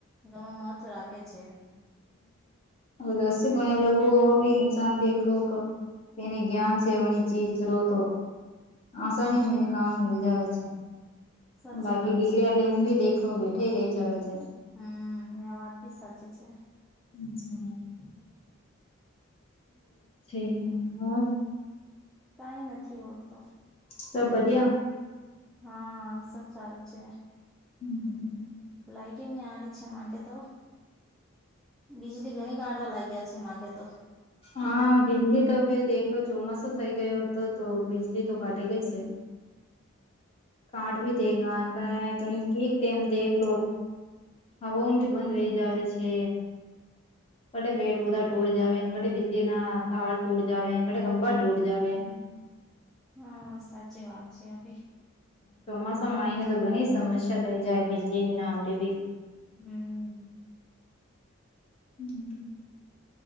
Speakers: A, in the centre; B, on the left.
A: ઘણું મહત્વ રાખે છે
B: હ ઉદસથી બને લોકો ભી ન્સાન દેખલો. પની ગ્ઞાન સેવણી છેી શ્રોતો. આસની બીને કામ મલ જવે છે.
A: સાચી
B: બાકી
A: વાત
B: ડિગ્રી
A: છે
B: લેન ભી દેખો બેઠા રહી જવે છે.
A: હમ એ વાત ભી સાચી છે.
B: હમમ.. છે હ
A: કઈ નથી ઓડતો.
B: સબ વધિયા.
A: હા સબ સારું છે.
B: હમ..
A: લાઈટ નની હારી છે માકે તો. બીજળલી ઘણી કાઢવા લાગ્યા છે મામાંગે તો.
B: હા બીજળ તો હવે દેખલો ચોમાસો થઈ ગયો હતો તો બીજળ તો કાટેાઈ ગઈ છે.
A: <inaudible>
B: કારાડ ભી દેગ કણી કેક ટમ દેખ લો. હ હોોમ ભી બંધ વહી જ આવે છે. કટ પેડ પૌધા ટૂટ જવે કટ બિજલી ના તાર ટૂટ જવે કટ ખંભા ટૂટ જવે.
A: હા સાચી વાત છે અભી.
B: ચોમાસામાં આવીયને તો ઘણી સમસ્યા થઇ જાય બીજળી ની ના આમરેે બી.
A: હમ..
B: હમ..